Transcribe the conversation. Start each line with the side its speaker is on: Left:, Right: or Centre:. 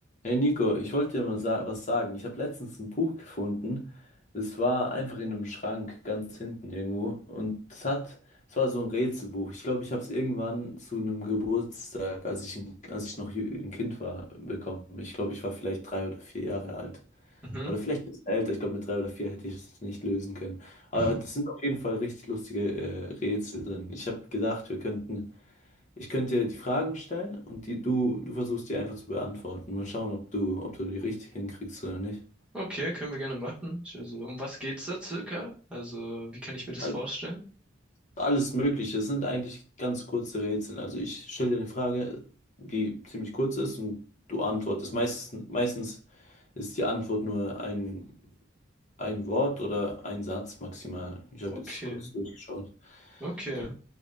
Left: Hey Nico, ich wollte dir mal sa was sagen. Ich habe letztens ein Buch gefunden. Es war einfach in einem Schrank ganz hinten irgendwo. Und es hat, es war so ein Rätselbuch. Ich glaube, ich habe es irgendwann zu einem Geburtstag, als ich, ein- als ich noch jü- ein Kind war, bekommen. Ich glaube, ich war vielleicht drei oder vier Jahre alt.
Centre: Mhm.
Left: Oder vielleicht ein bisschen älter. Ich glaube, mit drei oder vier hätte ich es nicht lösen können. Aber
Centre: <laughs>
Left: das sind auf jeden Fall richtig lustige äh, Rätsel drin. Ich habe gedacht, wir könnten ich könnte dir die Fragen stellen und die du, du versuchst die einfach zu beantworten. Mal schauen, ob du, ob du die richtig hinkriegst oder nicht.
Centre: Okay, können wir gerne machen. Ich, also, um was geht's da circa? Also, wie kann ich mir das
Left: Also
Centre: vorstellen?
Left: alles Mögliche. Es sind eigentlich ganz kurze Rätsel. Also ich stelle dir eine Frage, die ziemlich kurz ist und du antwortest. Meistens, meistens ist die Antwort nur ein, ein Wort oder ein Satz maximal. Ich habe
Centre: Okay,
Left: jetzt kurz durchgeschaut.
Centre: okay.
Left: Okay.